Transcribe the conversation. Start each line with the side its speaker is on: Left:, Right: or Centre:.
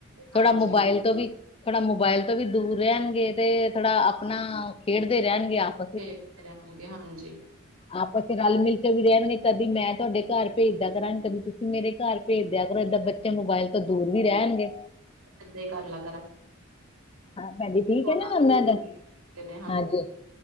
Left: ਥੋੜਾ
Right: ਹਾਂਜੀ
Left: ਮੋਬਾਇਲ ਤੋਂ ਵੀ ਥੋੜਾ ਮੋਬਾਇਲ ਤੋਂ ਵੀ ਦੂਰ ਰਹਿਣਗੇ ਤੇ ਥੋੜਾ ਆਪਣਾ ਖੇਡਦੇ ਰਹਿਣਗੇ ਆਪ
Right: ਖੇਡਦੇ ਰਹਿਣਗੇ, ਹਾਂਜੀ।
Left: ਆਪਸ ਰਲ -ਮਿਲ ਕੇ ਵੀ ਰਹਿਣਗੇ, ਕਦੀ ਮੈਂ ਤੁਹਾਡੇ ਘਰ ਭੇਜਦਾਂ ਕਰਾਂਗੀ, ਕਦੀ ਤੁਸੀਂ ਮੇਰੇ ਘਰ, ਭੇਜਦੇ ਕਰੋ, ਏਦਾਂ ਬੱਚੇ ਮੋਬਾਇਲ ਤੋਂ ਦੂਰ ਵੀ ਰਹਿਣਗੇ
Right: ਇੱਦਾਂ, ਹੀ ਕਰ ਲੱ
Left: ਭੈਜੀ ਠੀਕ
Right: ਥੋੜਾ
Left: ਹੈ ਨਾ, ਉਹਨਾਂ ਦਾ,
Right: ਨੇ
Left: ਹਾਂਜੀ।